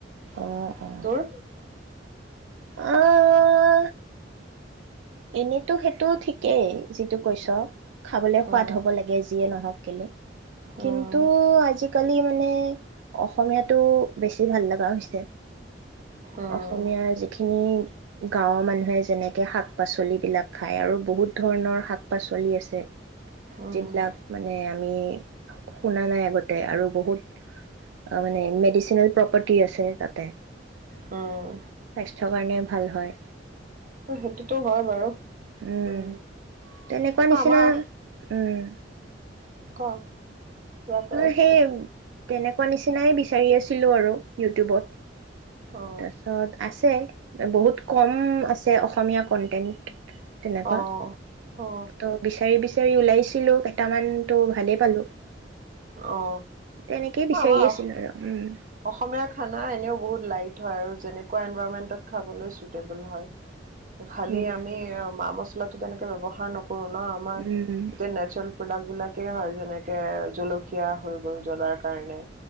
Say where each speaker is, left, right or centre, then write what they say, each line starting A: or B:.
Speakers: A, on the right (about 80°); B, on the right (about 45°).
A: অ অ
B: তোৰ?
A: আহ এনেতো সেইটো ঠিকেই যিটো কৈছো। খাবলৈ সোৱাদ
B: উম,
A: হ'ব লাগে যিয়ে নহওক। কেলে?
B: উম,
A: কিন্তু আজি আজিকালি মানে অসমীয়াটো বেছি ভাল লগা হৈছে।
B: উম,
A: অসমীয়াৰ যিখিনি গাঁৱৰ মানুহে যেনেকে শাক পাচলিবিলাক খাই আৰু, বহুত ধৰণৰ শাক পাচলি আছে।
B: উম,
A: যিবিলাক মানে আমি শুনা নাই আগতে আৰু বহুত মানে মেডিচিনেল প্ৰপাৰ্টি আছে তাতে।
B: উম।
A: স্বাস্থ্যৰ কাৰণে ভাল হয়।
B: সেইটোতো হয় বাৰু
A: উম।
B: উম।
A: তেনেকুৱা নিচিনা
B: আমাৰ
A: উম,
B: ক' কিবা কৈ
A: অ
B: আছিলে
A: সেই, তেনেকুৱা নিচিনাই বিছা বিচাৰি আছিলো আৰু, ইউটিউবত।
B: অ
A: তাৰপাছত আছে বহুত কম আছে অসমীয়া কন্টেন্ট। তেনেকুৱা
B: অ অ
A: ত' বিচাৰি বিচ ওলাইছিলো কেইটামানতো ভালেই পালো।
B: অ
A: তেনেকেই বিচাৰি
B: আমাৰ
A: আছিলো আৰু উম।
B: অসমীয়া খানা এনেও বহুত লাইট হয় আৰু যেনেকুৱা এনভাইৰমেন্টত খাবলৈ চুইটেবল হয়। খালি
A: উম।
B: আমি মা মছ তেনেক ব্যৱহাৰ নক আমাৰ
A: উম,
B: <unintelligible> প্ৰডাক্ বিলাক সেই হয় যেনেকে জলকীয়া হৈ গ'ল জ্বলাৰ কাৰণে।